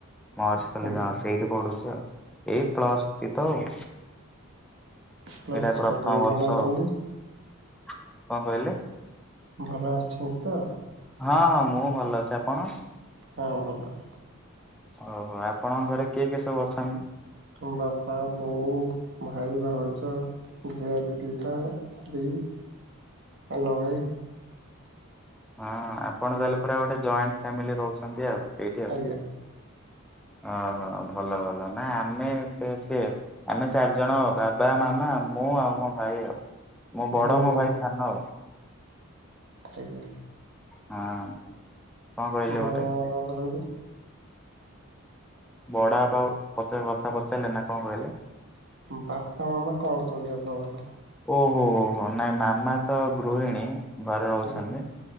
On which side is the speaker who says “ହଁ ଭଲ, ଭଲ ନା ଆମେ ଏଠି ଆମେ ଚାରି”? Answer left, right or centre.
Centre